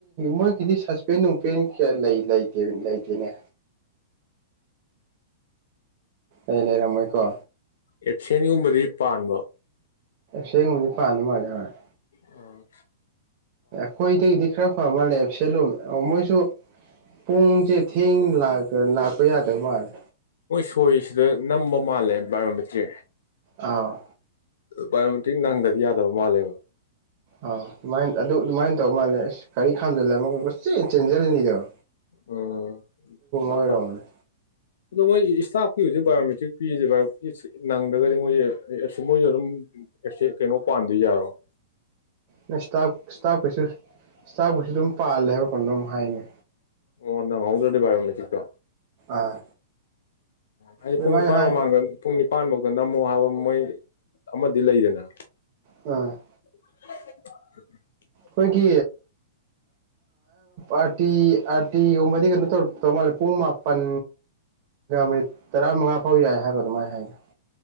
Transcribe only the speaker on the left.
ꯑꯦꯊꯦꯟꯒꯨꯝꯕꯗꯤ ꯄꯥꯟꯕ
ꯑ
ꯃꯣꯏ ꯁꯣꯏꯔꯤꯁꯤꯗ ꯅꯝꯕ ꯃꯥꯜꯂꯦ ꯕꯥꯏꯑꯣꯃꯦꯇ꯭ꯔꯤ
ꯕꯥꯌꯑꯣꯃꯇꯤꯛ ꯅꯪꯗꯗꯤ ꯌꯥꯗꯕ ꯃꯥꯜꯂꯦꯕ
ꯎ ꯑ
ꯃ ꯏꯁꯇꯥꯐꯀꯤ ꯍꯧꯖꯤꯦ ꯏꯑꯣꯃꯦꯇ꯭ꯛ ꯄꯤꯁꯦ ꯅꯪꯗ꯭ꯔꯒꯗꯤ ꯃꯣꯏꯁꯦ ꯃꯣꯏꯁꯨ ꯑꯗꯨꯝ ꯑꯦꯁ ꯀꯩꯅꯣ ꯄꯥꯝꯗ ꯌꯥꯔꯣ ꯎ
ꯑꯣ ꯅꯪ ꯍꯧꯗ꯭ꯔꯣꯗꯤ ꯥꯏ ꯆꯤꯛꯇꯣ
ꯍꯥꯏꯗꯤ
ꯄꯨꯡ ꯅꯤꯄꯥꯟ
ꯃꯃꯥꯡꯗ ꯄꯨꯡ ꯅꯤꯄꯥꯟꯃꯧꯛꯇ ꯅꯝꯃꯣ ꯍꯥꯏꯕ ꯃꯣꯏ ꯑꯃꯗꯤ ꯂꯩꯗꯅ
<inaudible>